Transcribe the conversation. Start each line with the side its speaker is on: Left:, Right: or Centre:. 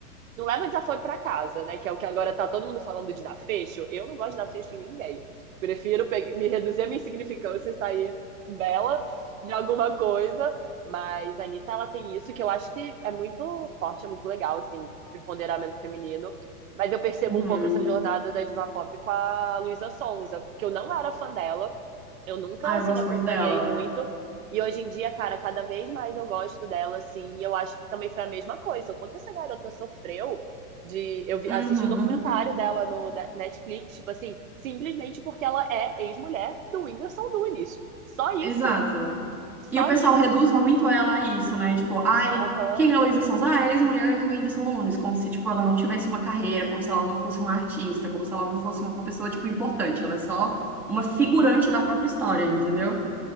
Right: não leva desaforo pra casa, né? Que é o que agora tá todo mundo falando de dar fecho. Eu não gosto de dar fecho em ninguém. Prefiro pe- me reduzir a minha insignificância e sair bela de alguma coisa. Mas a Anitta, ela tem isso que eu acho que é muito forte, é muito legal, assim, pro empoderamento feminino. Mas eu percebo
Centre: uhum.
Right: um pouco essa jornada da diva pop com a Luísa Sonza, que eu não era fã dela eu nunca,
Centre: Ah,
Right: assim,
Centre: eu gosto
Right: acompanhei
Centre: muito dela.
Right: muito. E hoje em dia, cara, cada vez mais eu gosto dela, assim. e Eu acho que também foi a mesma coisa. O quanto essa garota sofreu de. Eu vi-
Centre: Uhum,
Right: assisti o documentário dela no da- Netflix, tipo assim, simplesmente porque ela é ex-mulher do Whindersson Nunes. Só isso.
Centre: exato.
Right: Só
Centre: E o pessoal
Right: isso.
Centre: reduz muito ela a isso, né? Tipo, ai,
Right: Aham.
Centre: quem é a Luísa Sonza? Ah, é a ex-mulher do Whindersson Nunes. Como se, tipo, ela não tivesse uma carreira, como se ela não fosse uma artista, como se ela não fosse uma pessoa, tipo, importante. Ela é só uma figurante da própria história, entendeu?